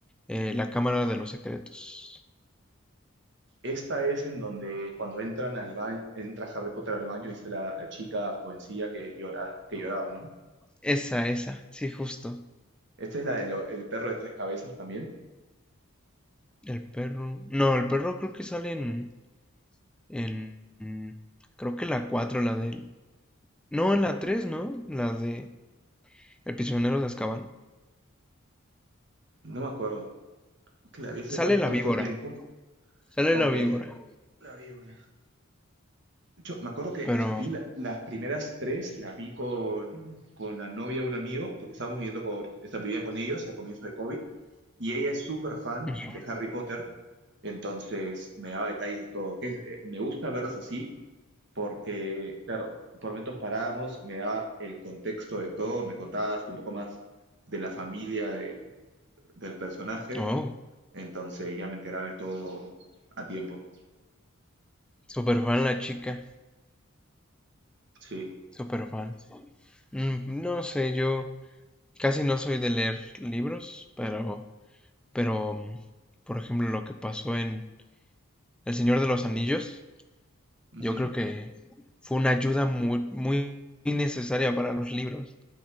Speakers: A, in the centre; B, on the right.
A: Eh, la Cámara de los Secretos.
B: Esta es en donde cuando entran al baño, entra Harry Potter al baño, dice la, la chica jovencilla que llora, que lloraba, ¿no?
A: Esa, esa, sí, justo.
B: Esta es la del el perro de tres cabezas también.
A: El perro. No, el perro creo que sale en. en creo que la 4 la del. No, en la tres ¿no? La de. El prisionero de Azkaban.
B: No me acuerdo. Que la vi hace
A: Sale
B: tan, tanto
A: la víbora.
B: tiempo.
A: Sale
B: Ok,
A: la víbora.
B: la víbora. Yo me acuerdo que
A: Pero.
B: es- vi la- las primeras tres, las vi con, con la novia de un amigo, porque estábamos viviendo con, esta vivía con ellos al comienzo de COVID, y ella es súper fan
A: mm,
B: de Harry Potter, entonces me daba detalles de todo, que es- eh, me gusta verlos así, porque claro, por momentos parábamos, me daba el contexto de todo, me contabas un poco más de la familia del, del personaje,
A: Oh,
B: entonces ya me enteraba de todo a tiempo,
A: super fan la chica.
B: sí.
A: Super fan. Mm, No sé, yo casi no soy de leer libros, pero. Pero. mm, Por ejemplo, lo que pasó en El Señor de los Anillos.
B: Ujú.
A: Yo creo que fue una ayuda muy, muy necesaria para los libros.